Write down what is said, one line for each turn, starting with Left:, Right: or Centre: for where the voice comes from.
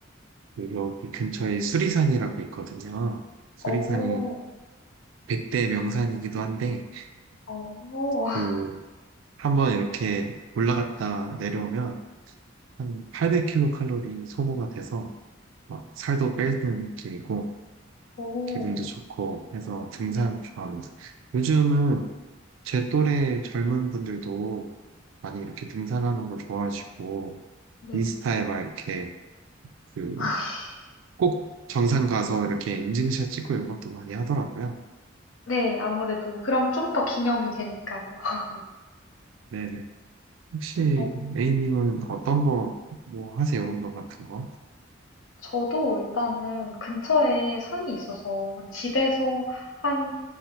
Right: 그 여기 근처에 수리산이라고 있거든요. 수리산이
Left: 어,
Right: 100대 명산이기도 한데,
Left: 어, <laughs>
Right: 그, 한번 이렇게 올라갔다 내려오면 한 800kcal 소모가 돼서 막 살도 빼는 길이고,
Left: 오,
Right: 기분도 좋고 해서 등산
Left: 네,
Right: 좋아합니다. 요즘은 제 또래 젊은 분들도 많이 이렇게 등산하는 걸 좋아하시고
Left: 네,
Right: 인스타에 막 이렇게 그
Left: <laughs>
Right: 꼭 정상 가서
Left: 네,
Right: 이렇게 인증샷 찍고 이런 것도 많이 하더라고요.
Left: 네, 아무래도 그럼 좀 더 기념이 되니까요. <laughs>
Right: 네네. 혹시
Left: 어.
Right: A님은 어떤 거 뭐 하세요? 운동 같은 거?
Left: 저도 일단은 근처에 산이 있어서 한 집에서 한